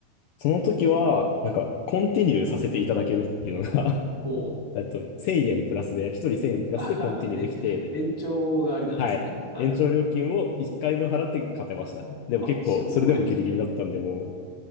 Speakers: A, on the left; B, on the right.
A: その時は、なんか、コンティニューさせていただけるっていうのが
B: おう。
A: <laughs> えっと、1000円プラスで、一人1000円プラスでコンティニューできて、
B: <laughs> あはは延延長がありなんですね。
A: ではい。
B: はい。
A: 延長料金を1回分払って勝てましたね。でも結構、
B: あ、すごい。
A: それでもギリギリだったんで、も